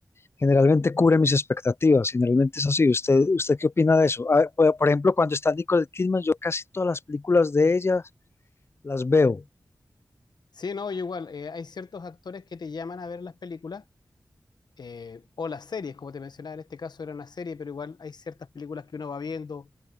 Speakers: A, on the left (about 35°); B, on the left (about 85°).
A: generalmente cubre mis expectativas, generalmente es así. ¿Usted, usted qué opina de eso? Ah, por por ejemplo, cuando está Nicole Kidman, yo casi todas las películas de ellas las veo.
B: Sí, no, yo igual, eh, hay ciertos actores que te llaman a ver las películas eh, o las series, como te mencionaba, en este caso era una serie, pero igual hay ciertas películas que uno va viendo.